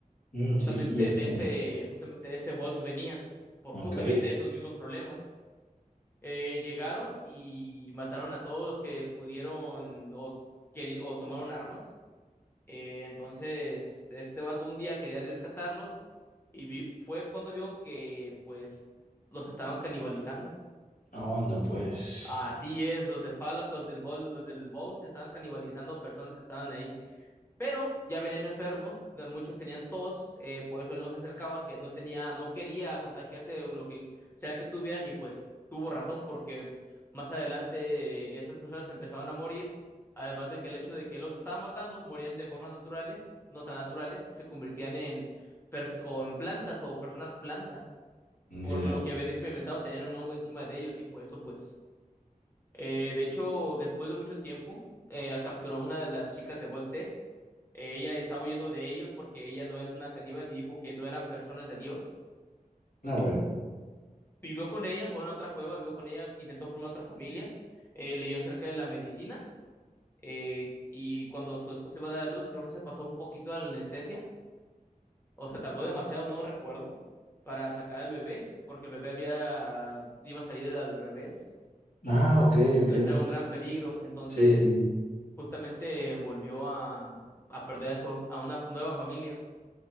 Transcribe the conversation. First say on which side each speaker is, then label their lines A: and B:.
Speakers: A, on the left; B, on the left.
A: Mm,
B: justamente
A: sí, y eso.
B: de ese justamente de ese Vault venían por
A: Ok.
B: justamente esos mismos problemas. Eh, llegaron y mataron a todos los que pudieron o, queri- o tomaron armas eh, entonces, este vato un día quería rescatarlos y vi- fue cuando vio que pues los estaban canibalizando.
A: Onda, pues.
B: Así es, los de Fallout, los del Vault, los del Vault estaban canibalizando a personas que estaban ahí. Pero ya venían enfermos, la- muchos tenían tos, eh, por eso él los acercaba, que no tenía, no quería contagiarse de lo que sea que tuvieran, y pues tuvo razón, porque más adelante eh, esas personas empezaban a morir, además de que el hecho de que él los estaba matando, morían de formas naturales, no tan naturales, y se convertían en, pers- o en plantas o personas planta,
A: Ya.
B: por lo que habían experimentado, tenían un hongo encima de ellos, y por eso pues, eh, de hecho, después de mucho tiempo, eh, capturó una de las chicas de Voltec eh, Ella estaba huyendo de ellos porque ella no es una caníbal y dijo que no eran personas de Dios.
A: Ah, bueno.
B: Eh, vivió con ella, fue a una otra cueva, vivió con ella, intentó formar otra familia, eh, leyó acerca de la medicina eh, y cuando su esposa iba a dar a luz, creo que se pasó un poquito de la anestesia, o se tardó demasiado, no recuerdo, para sacar al bebé, porque el bebé había, iba a salir al revés,
A: Ah, ok,
B: entonces
A: ok.
B: era un gran peligro, entonces
A: Sí, sí.
B: justamente volvió a, a perder a, su, a una nueva familia,